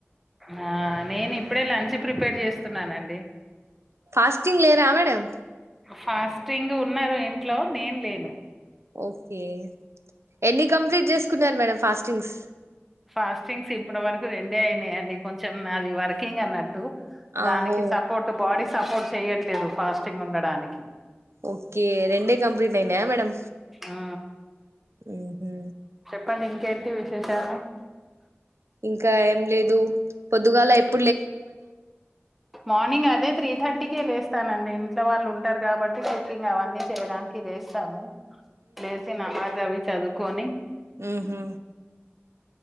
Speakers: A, in the centre; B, on the right (about 85°).
A: ఆ, నేను ఇప్పుడే లంచ్ ప్రిపేర్ చేస్తున్నానండి
B: ఫాస్టింగ్ లేరా మేడం
A: ఫాస్టింగ్ ఉన్నరు ఇంట్లో నేను లేను
B: ఓకే ఎన్ని కంప్లీట్ చేసుకున్నారు మేడం ఫాస్టింగ్స్
A: ఫాస్టింగ్స్ ఇప్పటి వరకు రెండే అయినయియండి కొంచెం నాది వర్కింగ్ అన్నట్టు
B: ఆహో
A: దానికి సపోర్ట్ బాడీ సపోర్ట్ చెయట్లేదు ఫాస్టింగ్ ఉండడానికి
B: ఓకే రెండే కంప్లీట్ అయిన మేడం
A: ఆ,
B: ఊహు
A: పని ఇంకేంటి విశేషాలు
B: ఇంకా ఏం లేదు పొద్దుగాల ఎప్
A: మార్నింగ్ అదే త్రీ థట్ టికే లేస్తానండి ఇంట్లో వాళ్ళు ఉంటారు కాబట్టి కుక్కింగ్ అవన్నీ చేయడానికి లేస్తము లేసి నమాజ్ అవి చదువుకొని
B: ఊహు